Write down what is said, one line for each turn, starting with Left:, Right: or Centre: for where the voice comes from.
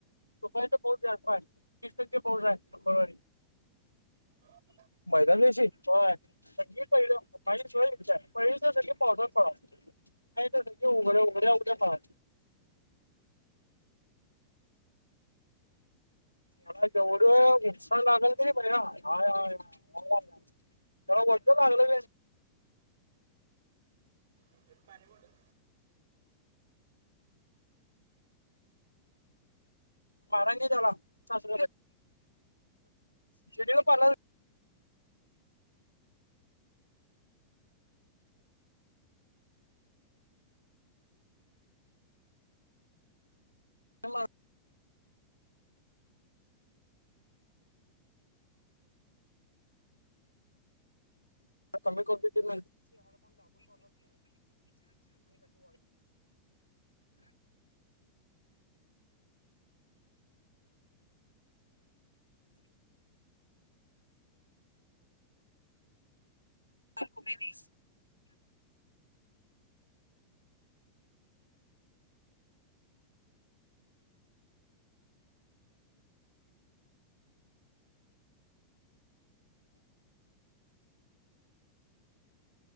Left: तो पाॅईंट पौस जास्त आय, तीस टक्के पौस आय मंगळवारी.
Right: <inaudible>
Left: मैदान देशी? व्हय. <unintelligible> नाही तर <unintelligible> उघड्या उघड्या <unintelligible> फार. मला जेवढं नुस्कान लागल क नई परव्या, आया यायाया. जरा वरचं बांदला नईस?
Right: अं ते पानी बॉटल.
Left: मारजी झाला सास ज पाला ह कमी के करुमेस